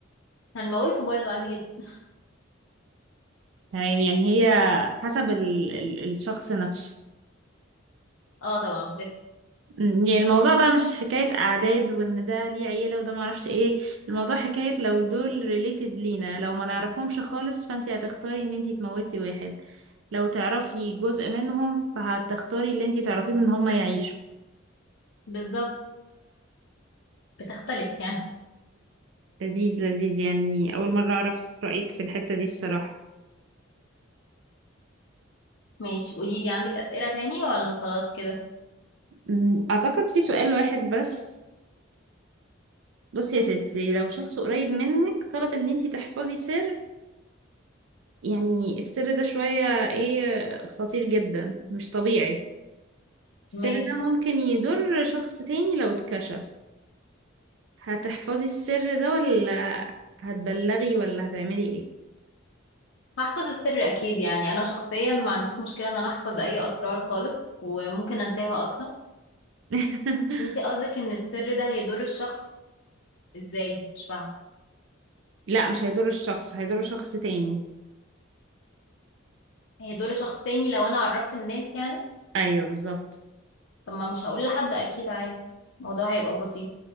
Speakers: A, on the left; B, on the right.
A: هنموته برضه عادي جدا
B: تمام يعني هي حسب ال ال الشخص نفسه
A: اه طبعا بتفرق
B: مم، يعني الموضوع بقى مش حكاية أعداد وإن ده ليه عيلة وده معرفش إيه الموضوع حكاية لو دول ريليتد لينا لو ما نعرفهمش خالص فأنتي هتختاري إن أنتي تموتي واحد لو تعرفي جزء منهم فهتختاري اللي أنتي تعرفيه من هما يعيشوا
A: بالظبط فبتختلف يعني
B: لذيذ لذيذ يعني أول مرة أعرف رأيك في الحتة دي الصراحة
A: ماشي قوليلي عندك اسئله تاني ولا خلاص كده
B: مم، أعتقد في سؤال واحد بس بصي يا ستي لو شخص قريب منك طلب إن أنتي تحفظي سر يعني السر ده شوية إيه خطير جدا مش طبيعي السر
A: ماشي
B: ده ممكن يضر شخص تاني لو اتكشف هتحفظي السر ده ولا هتبلغي ولا هتعملي ايه
A: هحفظ السر اكيد يعني انا شخصيا ما عنديش مشكله ان انا احفظ اي اسرار خالص وممكن انساها اصلا
B: <laughs>
A: انتي قصدك ان السر ده هيضر الشخص ازاي مش فاهمه
B: لا مش هيضر الشخص هيضر شخص تاني
A: هيضر شخص تاني لو انا عرفت الناس يعني
B: ايوه بالظبط
A: طب ما مش هقول لحد اكيد عادي الموضوع هيبقى بسيط